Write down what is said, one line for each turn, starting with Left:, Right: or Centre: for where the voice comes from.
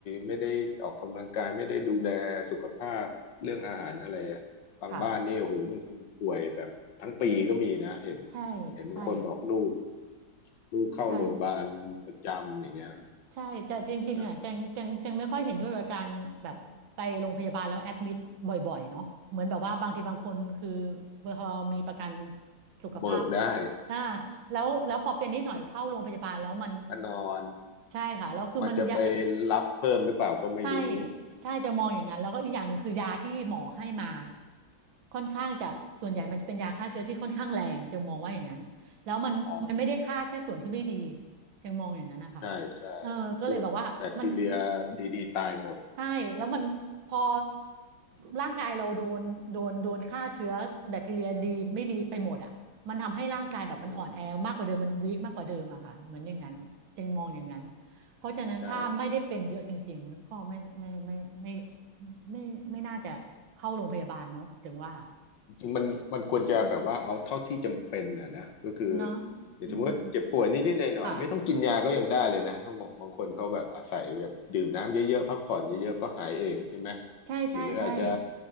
Left: ไม่ได้ออกกำลังกายไม่ได้ดูแลสุขภาพเรื่องอาหารอะไรอะบางบ้านนี่โอ้โหบางคนป่วยแบบทั้งปีก็มีนะเห็น
Right: ค่ะ ใช่ใช่
Left: เห็นบางคนบอกลูกลูกเข้าโรงพยาบาลประจำอย่างเงี้ย
Right: ใช่ ใช่แต่จริงๆอ่ะแจงแจงแจงไม่ค่อยเห็นด้วยกับการแบบไปโรงพยาบาลแล้วแอดมิดบ่อยๆเนาะเหมือนแบบว่าบางทีบางคนคือ
Left: นะ
Right: พอมีประกันสุขภาพ
Left: เบิกได้
Right: อ่าแล้วแล้วพอเป็นนิดหน่อยเข้าโรงพยาบาลแล้วมัน
Left: มานอน
Right: ใช่ค่ะแล้วคือมันยะ
Left: มันจะไปรับเพิ่มหรือเปล่าก็ไม่รู้
Right: ใช่ใช่จะมองอย่างนั้นแล้วก็อีกอย่างหนึ่งคือยาที่หมอให้มาค่อนข้างจะส่วนใหญ่มันจะเป็นยาฆ่าเชื้อที่ค่อนข้างแรงจึงมองว่าอย่างนั้นแล้วมันมันไม่ได้ฆ่าแค่ส่วนที่ไม่ดี
Left: อ๋อ
Right: จึงมองอย่างนั้นนะคะ
Left: ใช่ใช่พวกแบคทีเรีย
Right: เออก็เลยแบบว่ามัน
Left: ดีๆตายหมด
Right: ใช่แล้วมันพอร่างกายเราโดนโดนโดนฆ่าเชื้อแบคทีเรียดีไม่ดีไปหมดอ่ะมันทำให้ร่างกายแบบมันอ่อนแอมากกว่าเดิมมันวีคมากกว่าเดิมอะค่ะเหมือนอย่างนั้นจึงมองอย่างนั้น
Left: อืม
Right: เพราะฉะนั้นถ้าไม่ได้เป็นเยอะจริงๆก็ไม่ไม่ไม่ไม่
Left: ใช่
Right: ไม่ไม่ไม่น่าจะเข้าโรงพยาบาลเนาะจึงว่า
Left: จริงมันมันควรจะแบบว่าเอาเท่าที่จำเป็นนะนะก็คือ
Right: เนาะ
Left: อย่างสมมติเจ็บป่วยนิดๆหน่อยๆไม่ต้องกินยาก็ยังได้เลยนะเขาบอกบางคนเขาแบบอาศัยแบบดื่มน้ำเยอะๆพักผ่อนเยอะๆก็หายเองใช่ไหม
Right: อืมค่ะใช่ใช่ใช่
Left: หรืออาจจะ